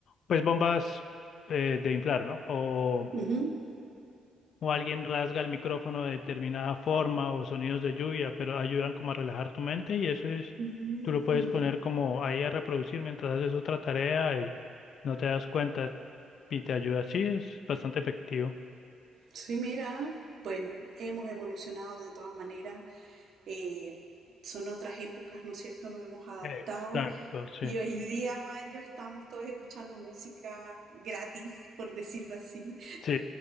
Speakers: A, on the left; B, on the right.
A: pues bombas eh, de inflar, ¿no? O,
B: Ujú.
A: o alguien rasga el micrófono de determinada forma o sonidos de lluvia, pero ayudan como a relajar tu mente y eso es,
B: Mm.
A: tú lo puedes poner como ahí a reproducir mientras haces otra tarea y no te das cuenta y te ayuda. Sí, es bastante efectivo.
B: Sí, mira, bueno, hemos evolucionado de todas maneras, eh, son otras épocas, ¿no es cierto? Nos hemos adaptado.
A: Exacto, sí,
B: Y hoy día, Mario, estamos todos escuchando música gratis, por decirlo así.
A: sí,